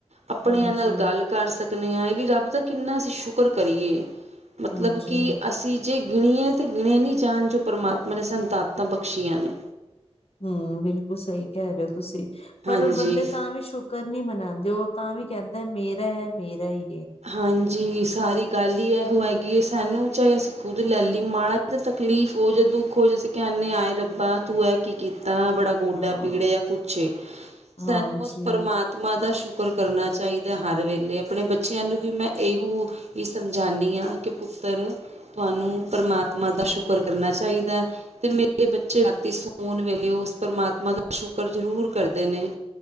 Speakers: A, on the right (about 90°); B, on the left (about 65°).
A: ਆਪਣਿਆਂ
B: ਹਾਂਜੀ,
A: ਨਾਲ ਗੱਲ ਕਰ ਸਕਨੇ ਆਂ ਇਹ ਵੀ ਰੱਬ ਦਾ ਕਿੰਨਾ ਅਸੀਂ ਸ਼ੁਕਰ ਕਰੀਏ ਮਤਲਬ
B: ਹਾਂਜੀ,
A: ਕਿ ਅਸੀਂ ਜੇ ਗਿਣੀਏ ਤੇ ਗਿਣੇ ਨਹੀਂ ਜਾਣ, ਜੋ ਪਰਮਾਤਮਾ ਨੇ ਸਾਨੂ ਦਾਤਾ ਬਖਸ਼ੀਆਂ ਨੇ
B: ਹਾਂ, ਬਿਲਕੁਲ ਸਹੀ ਕਹਿ ਰਹੇ ਹੋ ਤੁਸੀਂ, ਪਰ
A: ਹਾਂਜੀ।
B: ਬੰਦੇ ਤਾਂ ਵੀ ਸ਼ੁਕਰ ਨਹੀਂ ਮਨਾਂਦੇ ਔ ਤਾਂ ਵੀ ਕਹਿੰਦੈ ਮੇਰਾ ਹੈ, ਮੇਰਾ ਈ
A: ਹਾਂਜੀ ਸਾਰੀ ਗੱਲ ਹੀ ਇਹੋ ਹੈਗੀ ਸਾਨੂੰ ਚਾਹੇ ਅਸੀਂ ਖੁਦ ਲੈ ਲਈ ਮਾੜਾ ਜ ਤਕਲੀਫ ਹੋ ਜਾ ਦੁੱਖ ਹੋ ਜਾ ਅਸੀਂ ਕਹਿੰਦੇ ਹੈ ਆਏ ਰੱਬਾ ਤੂੰ ਕੀ ਕੀਤਾ ਬੜਾ ਗੋਡਾ
B: ਹਾਂ,
A: ਪੀੜ ਜਾਂ ਕੁਛੇ ਹ
B: ਹਾਂਜੀ,
A: ਸਾਨੂੰ ਉਸ ਪਰਮਾਤਮਾ ਦਾ ਸ਼ੁਕਰ ਰ ਕਰਨਾ ਚਾਹੀਦਾ ਹਰ ਵੇਲੇ ਆਪਣੇ ਬੱਚੇ ਬੱਚਿਆਂ ਨੂੰ ਵੀ ਮੈਂ ਇਹੋ ਹੀ ਸਮਝਾਉਂਦੀ ਹਾਂ ਕਿ ਪੁੱਤਰ ਤੁਹਾਨੂੰ ਪਰਮਾਤਮਾ ਦਾ ਸ਼ੁਕਰ ਕਰਨਾ ਚਾਹੀਦਾ ਤੇ ਮੇਰੇ ਬੱਚੇ ਰਾਤੀ ਸੋਣ ਵੇਲੇ ਉਸ ਪਰਮਾਤਮਾ ਦਾ ਸ਼ੁਕਰ ਜਰੂਰ ਜ਼ਰੂਰ ਕਰਦੇ ਨੇ